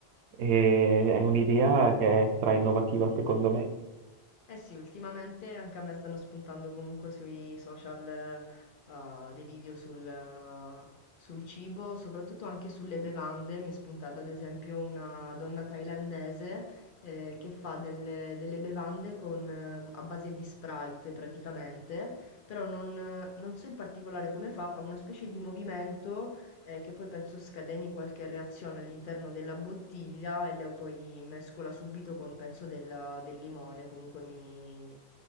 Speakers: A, on the right; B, on the left.
A: e è un'idea che è stra innovativa secondo me.
B: Eh sì, ultimamente anche a me stanno spuntando comunque sui social, eh, uh, dei video sul, eh, sul cibo, soprattutto anche sulle bevande. Mi è spuntata ad esempio una donna thailandese, eh, che fa delle, delle bevande con, eh, a base di Sprite praticamente, però non, non so in particolare come fa, fa una specie di movimento eh, che poi penso scateni qualche reazione all'interno della bottiglia e la poi mescola subito con penso del, del limone, comunque mi...